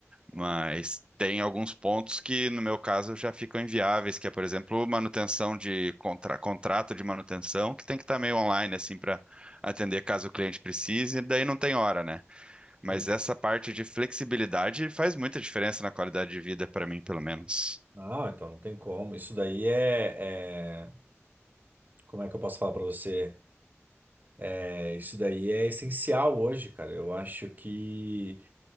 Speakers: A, on the right (about 20°); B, on the right (about 40°).
A: Mas tem alguns pontos que, no meu caso, já ficam inviáveis, que é, por exemplo, manutenção de contra- contrato de manutenção, que tem que estar meio online, assim, para atender caso o cliente precise, e daí não tem hora, né? Mas
B: sim.
A: essa parte de flexibilidade faz muita diferença na qualidade de vida, para mim, pelo menos.
B: Não, então não tem como. Isso daí é, é- Como é que eu posso falar pra você? É, isso daí é essencial hoje, cara. Eu acho que,